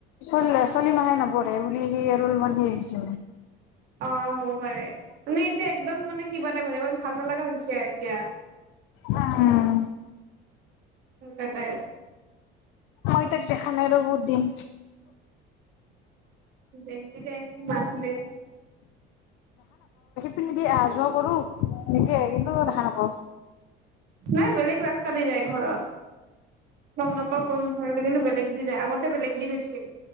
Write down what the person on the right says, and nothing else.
অ হ'ব পাৰে, মানে এতিয়া একদম মানে কিবা টাইপ ভাল নালগা হৈছে কতিয়া
কটাই
<unintelligible> মছলে।
নাই বেলেগ ৰাস্তা দি যায় ঘৰত। গম নাপাওঁ কোন ফালেদি কিন্তু বেলেগুি যায়। আগত এ বেলেগ দি গৈছিল,